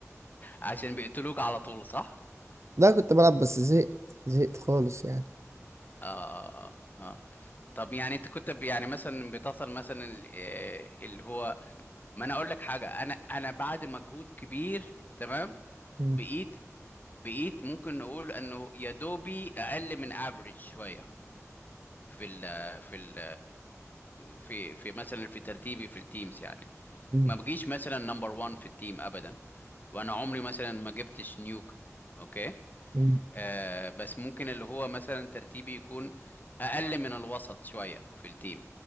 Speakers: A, on the left; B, on the right.
A: عشان بيقتلوك على طول صح؟
B: لا كنت بلعب بس زهقت زهقت خالص يعني
A: اه اه اه آه. طب يعني انت كنت ب- يعني مثلا بتصل مثلا ال- آه، اللي هو ما انا اقول لك حاجه انا انا بعد مجهود كبير تمام
B: مم.
A: بقيت بقيت ممكن نقول انه يا دوبي اقل من افريج شويه في ال في ال في في مثلا في ترتيبي في التيمز يعني
B: مم.
A: ما بجيش مثلا نمبر 1 في التيم ابدا وانا عمري مثلا ما جبتش نيوك اوكي
B: مم.
A: آه بس ممكن اللي هو مثلا ترتيبي يكون اقل من الوسط شويه في التيم